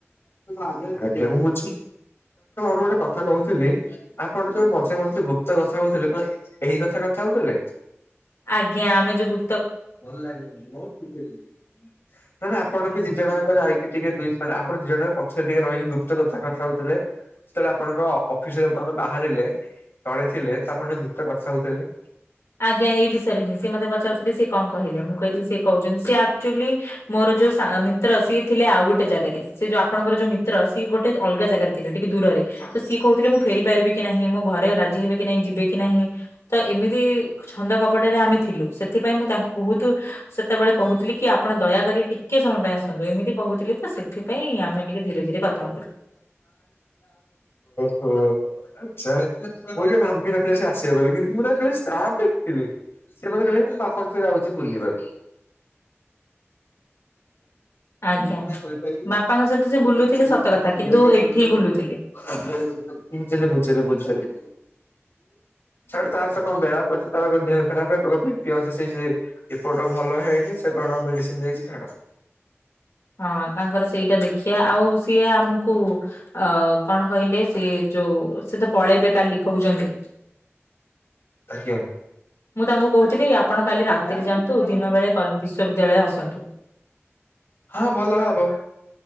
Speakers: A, on the left; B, on the left.
A: ଆପଣଙ୍କୁ ଗୋଟେ କଥା କହୁଥିଲି। ଆପଣ ଯୋଉ ମଝିରେ ମଝରେି ଗୁପ୍ତ କଥା ହଉ ଏହି କଥା କଥା ହଉଥିଲେ।
B: ଆଜ୍ଞା ଆମେ ଯୋଉ ଗୁ
A: ନହେଲେ ଆପଣ ବି ଦି ଜଣ ଯାକ ଯାଇକି ଟିକେ ଦୁଇ ଆପଣ ଦି ଜଣ ପଛରେ ଟିକେ ରହିକି ଗୁପ୍ତ କଥା କଥା ହଉଥିଲେ। ଯେତେବେଳେ ଆପଣଙ୍କ ଅଫିସରେ ଆମେ ବାହାରିଲେ ତଳେ ଥିଲେ ତାପରେ ଦୁତ କଥା ହଉଥିଲେ।
B: ଆଜ୍ଞା ଏଇ ବିଷୟରେ ହିଁ ସେ ମତେ ପଚାରୁଥିଲେ ସେ କଣ କହିଲେ। ମୁଁ କହିଲି ସେ କହୁଛନ୍ତି ସେ ଆକ୍ଚୁଲି ମୋର ଯୋଉ ସା ମିତ୍ର ସିଏ ଥିଲେ ଆଉ ଗୋଟେ ଜାଗାରେ, ସେଇ ଯୋଉ ଆପଣଙ୍କର ଯୋଉ ମିତ୍ର ସିଏ ଗୋଟେ ଅଲଗା ଜାଗରେ ଥିଲେ ଟିକେ ଦୂରରେ ତ ସିଏ କହୁଥିଲେ ମୁଁ ଫେରି ପାରିବି କି ନାହିଁ, ମୋ ଘରେ ରାଜି ହେବି କି ନାହିଁ, ଯିବେ କି ନାହିଁ ତ ଏମିତି ଛନ୍ଦ କପଟରେ ଆମେ ଥିଲୁ ସେ ସେଥିପାଇଁ ମୁଁ ତାଙ୍କୁ ବହୁତ ସେତେବେଳେ କହୁଥିଲି କି ଆପଣ ଦୟାକରି ଟିକେ ସମୟ ପାଇଁ ଆସନ୍ତୁ ଏମିତି କହୁଥିଲି ତ ସେଥିପାଇଁ ଆମେ ଟିକେ ଧୀରେ ଧୀରେ କଥା ହଉଥିଲୁ।
A: ହୁଁ ଆଛା ମୁଁ ତ କେବେ ଭାବିନଥିଲି ସେ ଆସିବେ ବୋଲି, କିନ୍ତୁ ତାପରେ ଦେଖଲି। ସେ ମତେ କହିଲା କି ବାପାଙ୍କ ସହ ଯାଉଛି ବୁଲିବାକୁ।
B: ଆଜ୍ଞା
A: ମୁଁ ସିନା କରିପାରିବିନି
B: ବାପାଙ୍କ ସହିତ ସେ ବୁଲୁଥିଲେ
A: ମୋ ଚୁଇଁ
B: ସତ
A: ତ
B: କଥା
A: ମୋ ଝିଅଟିଏ
B: କିନ୍ତୁ
A: କରିପାରିଲା।
B: ଏଠି ବୁଲୁଥିଲେ।
A: ବୁଝିଲି ବୁଝିଲି ବୁଝିଲି ଛାଡ୍ ତା ସହ କଣ ବେଳା ପଡିଛି ତାର ଦେହ ଖରାପେ ତ ସେଇଥି ଲାଗି ଏପଟ ଭଲ ହେଇନି ସେ କଣ ମେଡିସିନ ଦେଇଛି ଛାଡ।
B: ହଁ ତାଙ୍କର ସେଇଟା ଦେଖିଆ ଆଉ ସିଏ ଆମକୁ ଅ କଣ କହିଲେ ସିଏ ଯୋଉ ସେ ତ ପଳେଇବେ କାଲି କହୁଛନ୍ତି।
A: ଆଜ୍ଞା।
B: ମୁଁ ତାଙ୍କୁ କହୁଥିଲି
A: <unintelligible>
B: ଆପଣ କାଲି ରାତିରେ ଯାଆନ୍ତୁ ଦିନ ବେଳେ ବିଶ୍ଵବିଦ୍ୟାଳୟ ଆସନ୍ତୁ।
A: ହଁ ଭଲ ହବ।